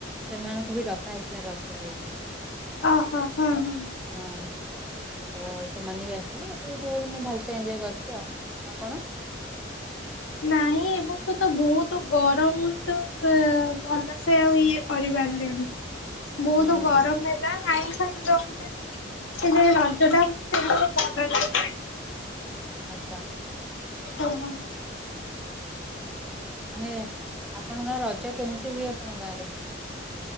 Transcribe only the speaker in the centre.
ସେମାନଙ୍କୁ ବି ଡକା ହେଇଥିଲା ରଜରେ
ହଁ। ତ ସେମାନେ ବି ଆସିଲେ ଏଥର ବହୁତ୍ ଭଲସେ ଏଞଜୟ କରିଛି ଆଉ। ଆପଣ?
ହୁଁ ହୁଁ।
ଆଚ୍ଛା।
ମାନେ ଆପଣଙ୍କ ଗାଁ ରଜ କେମିତି ହୁଏ ଆପଣଙ୍କ ଗାଁରେ?